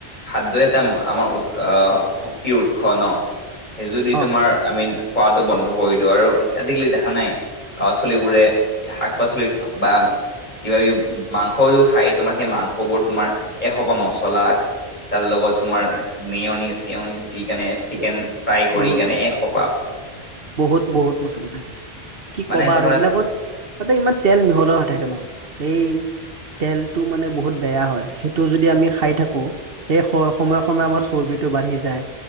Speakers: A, on the left; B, on the right.
A: খাদ্যই এটা আমাৰ উৎ আহ শক্তিৰ উৎস ন'? সেই যদি
B: অ
A: তোমাৰ আমিন খোৱাটো বন্ধ কৰি দিও আৰু আজিকালি দেখা নাই ল'ৰা-ছোৱালীবোৰে শাক-পাচলি বা কিবা - কিবি মাংসও খায় তোমাৰ সেই মাংসবোৰ তোমাৰ এসোপামান মচলা তাৰ লগত তোমাৰ মেয়নিচ -চেয়নিচ দি কেনে চিকেন
B: এ
A: ফ্ৰাই কৰি
B: বহুত
A: কেনে এসোপাহ
B: বহুত -বহুত মচলা থাকে, কি
A: মানে
B: ক'বা
A: তোমাৰ
B: আৰু এইবিলাকত তাতে ইমান তেল মিহলা হৈ থাকে ন সেই তেলটো মানে বহুত বেয়া হয় সেইটো যদি আমি খাই থাকো সেই স সময়ে - সময়ে আমাৰ চৰ্বিটো বাঢ়ি যায়।